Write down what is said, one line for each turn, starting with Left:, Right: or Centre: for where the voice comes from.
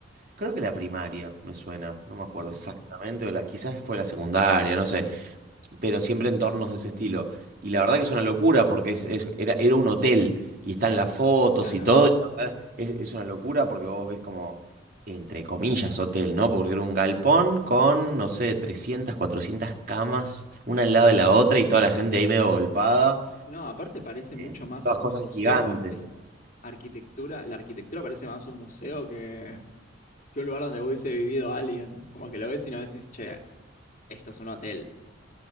Right: Creo que la primaria me suena, no me acuerdo
Left: Mm,
Right: exactamente, o la, quizás fue la secundaria, no sé, pero siempre entornos de ese estilo. Y la verdad que es una locura porque es- es- era, era un hotel y están las fotos
Left: claro.
Right: y todo, y la verdad es, es una locura porque vos ves como, entre comillas, hotel, ¿no? Porque era un galpón con, no sé, 300, 400 camas, una al lado de la otra y toda la gente ahí medio volpada,
Left: No, aparte parece mucho
Right: eh,
Left: más
Right: todas cosas
Left: un museo,
Right: gigantes.
Left: es- arquitectura, la arquitectura parece más un museo que, que un lugar donde hubiese vivido alguien. Como que lo ves y no decís, che, esto es un hotel.